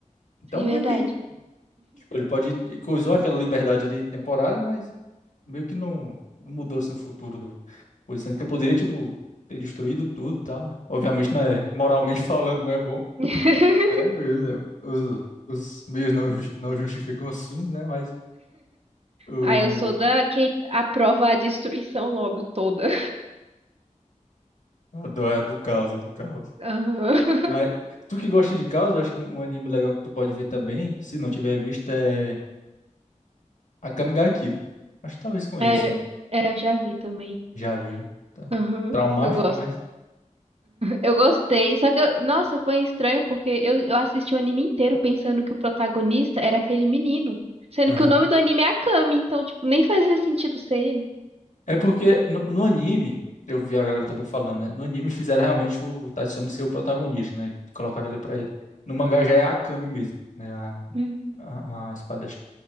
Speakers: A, on the left; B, on the right.
A: Então,
B: Sim,
A: meio
B: verdade.
A: que tipo, ele pode. ele Coisou aquela liberdade ali temporária, mas meio que não, não mudou assim, o futuro do. coisa, Sendo que eu poderia, tipo, ter destruído tudo e tal. Obviamente, né? Moralmente <laughs> falando, não é bom.
B: <laughs>
A: né? Beleza, Os, os meios não, ju- não justificam os fins, né? Mas o
B: Ah, eu sou da que aprova a destruição logo toda.
A: a do, é do caos, é do caos.
B: Aham. <laughs>
A: Mas tu que gosta de caos, eu acho que um, um anime legal que tu pode ver também, se não tiver visto, é Akame ga Kill. Acho que talvez com
B: É,
A: isso,
B: eu- é, eu já vi também.
A: já viu, tá?
B: Aham.
A: Traumático,
B: Eu gosto.
A: mas.
B: Eu gostei. Só que, eu- nossa, foi estranho porque eu, eu assisti o anime inteiro pensando que o protagonista era aquele menino. Sendo
A: Aham.
B: que o nome do anime é Akami, então, tipo, nem fazia sentido ser ele.
A: É porque no, no anime, eu vi a galera também falando, né? No anime fizeram realmente o, o Tatsumi ser o protagonista, né? Colocaram ali pra ele. No mangá já é a Akame mesmo, né? A,
B: Hum,
A: a, a espada